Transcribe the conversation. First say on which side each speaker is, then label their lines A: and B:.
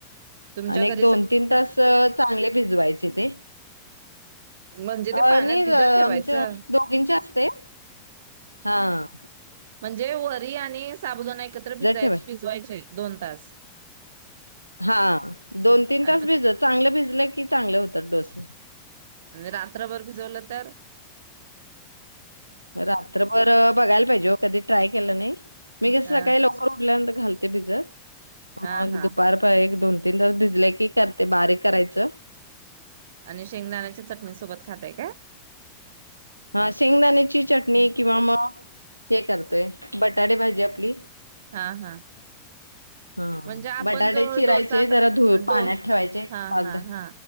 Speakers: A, on the right; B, on the right.
A: तुमच्या
B: आणि
A: घ
B: एक दोन तीन तास चांगले भिजवायचे ते.
A: म्हणजे
B: आ
A: ते पाण्यात
B: नाही ग
A: भिजत ठेवायचं
B: आमचं दोघींचे असतंय. हां.
A: जे व री आणि साबुदाणा एकत्र भिजाय
B: ठेवाय
A: भिजवायचंय. दोन तास.
B: हां दोन तीन
A: आणि
B: तास
A: मग
B: भिजत,
A: ते
B: चांगले भिजले की चांगले होतात डोसे.
A: रात्रभर भिजवलं तर?
B: रात्रभर बघायला पाहिजे ओ, कधी ट्राय केलं नाही. मी कसं
A: हा
B: सकाळी लवकर उठल्यानंतर घाल ते भिजत.
A: हा
B: मग
A: हा
B: दुपारपार एक दोन तीन दिवस भिजले की करते, बारीक करायचं.
A: आणि शेंगदाण्याच्या चटणी सोबत खाताय काय?
B: हां शेंगदाण्याची चटणी किंवा मग हे करतोय, बटाटे भाजी आपली.
A: हां हां.
B: हा
A: म्हणजे आपण
B: बटाटे
A: जो
B: चिरायचे
A: डोसा
B: जरा धु पाण्यात
A: डोस
B: ठेवायचे
A: हां
B: पाच
A: हां हां